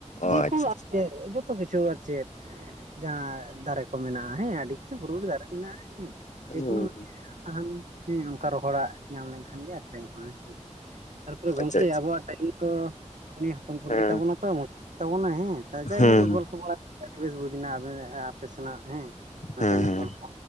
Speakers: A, on the left; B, on the right.
A: ᱚ
B: ᱡᱮᱠᱩᱟᱛᱮᱫ᱾
A: ᱟᱪᱪᱷᱟ ᱟᱪᱪᱷᱟ
B: ᱡᱚᱛᱚ ᱠᱤᱪᱷᱩ ᱟᱨ ᱪᱮᱫ ᱡᱟᱦᱟᱸ ᱫᱟᱨᱮ ᱠᱚ ᱢᱮᱱᱟᱜ-ᱟ ᱦᱮᱸ ᱟᱹᱰᱤ᱾ ᱠᱤᱪᱷᱩ ᱵᱚᱨᱩ ᱨᱮ ᱫᱟᱨᱮ ᱢᱮᱱᱟᱜ-ᱟ ᱦᱮᱸ ᱡᱮᱠᱳᱟᱱᱳ
A: ᱦᱩᱸ
B: ᱥᱟᱦᱟᱱ᱾ ᱦᱮᱸ ᱚᱱᱠᱟ ᱨᱚᱦᱚᱲᱟᱜ ᱧᱟᱢ ᱞᱮᱱᱠᱷᱟᱱ ᱜᱮ ᱟᱹᱠᱷᱨᱤᱧᱚᱜ-ᱟ ᱦᱮᱸ ᱛᱟᱨᱯᱚᱨᱮ ᱜᱚᱝᱠᱮ
A: ᱟᱪᱪᱷᱟ ᱟᱪᱪᱷᱟ
B: ᱟᱵᱚᱣᱟᱜ᱾ ᱛᱟᱞᱤᱧᱟ ᱫᱚ ᱤᱧ ᱫᱚ ᱦᱚᱯᱚᱱ ᱦᱚᱯᱚᱱ
A: ᱦᱮᱸ
B: ᱜᱮᱛᱟ ᱵᱚᱱᱟ ᱛᱚ ᱢᱚᱪ ᱜᱮᱛᱟᱵᱚᱱᱟ ᱦᱮᱸ ᱡᱟᱭᱦᱳᱠ
A: ᱦᱮᱸ
B: ᱜᱚᱞᱯᱚ ᱵᱟᱲᱟ ᱵᱮᱥ ᱵᱩᱡᱽ ᱮᱱᱟ ᱟᱨ ᱟᱯᱮ ᱥᱮᱱᱟᱜ ᱦᱮᱸ ᱱᱚᱛᱮᱱᱟᱜ
A: ᱦᱮᱸ ᱦᱮᱸ
B: ᱜᱚᱞᱯᱚ